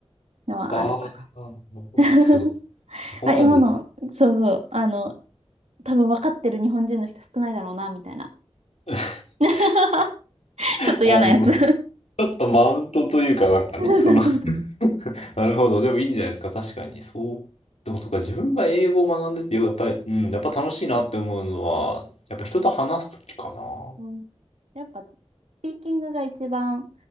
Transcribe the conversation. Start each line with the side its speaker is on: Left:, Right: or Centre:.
Right: いのはあるかな。
Left: ああ、あ
Right: <laughs>
Left: すごい。そこまでいく。
Right: あ、今の、そうそう、あの、多分分かってる日本人の人少ないだろうな、みたいな。
Left: <laughs>
Right: <laughs>
Left: あの、
Right: ちょっと嫌なやつ <laughs> そ
Left: ちょっとマウントというかなんかね、
Right: うそうそうそう。
Left: その <laughs> なるほど。でもいいんじゃないですか。確かに。そう。でもそっか、自分が英語を学んでて、やっぱり、うん、やっぱ楽しいなって思うのは、やっぱ人と話すときかな。
Right: うんやっぱ、スピーキングが一番